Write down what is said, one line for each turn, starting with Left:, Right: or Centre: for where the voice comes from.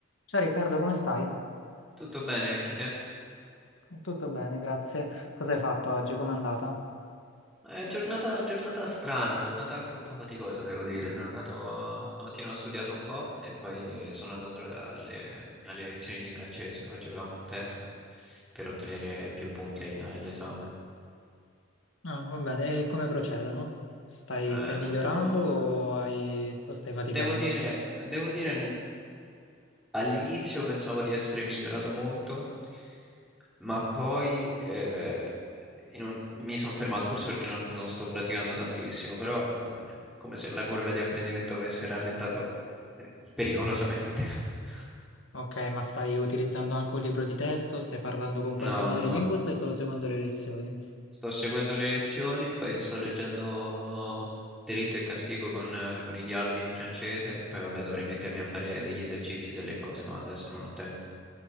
Left: Ciao Riccardo, come stai?
Centre: Tutto bene anche te?
Left: Tutto bene, grazie. Cosa hai fatto oggi? Com'è andata?
Centre: È giornata, giornata strana, giornata anche un po' faticosa, devo dire. Sono andato, stamattina ho studiato un po' e poi sono andato alle, alle lezioni di francese. Oggi avevamo un test per ottenere più punti all- all'esame.
Left: Ah, va bene, e come procedono? Stai,
Centre: Eh,
Left: stai migliorando
Centre: tutto,
Left: o, hai- o stai faticando?
Centre: Devo dire, devo dire, n- all'inizio pensavo di essere migliorato molto, ma poi eh, in un- mi sono fermato, forse perché non, non sto praticando tantissimo, però eh, come se la curva di apprendimento avesse rallentato eh, pericolosamente. <laughs>
Left: Ok, ma stai utilizzando anche un libro di testo? Stai parlando con
Centre: No,
Left: qualche madrelingua
Centre: no, no.
Left: o stai solo seguendo le lezioni?
Centre: Sto seguendo le lezioni, poi sto leggendo Delitto e Castigo con, eh, con i dialoghi in francese, poi vabbè dovrei mettermi a fare degli esercizi, delle cose, ma adesso non ho tempo.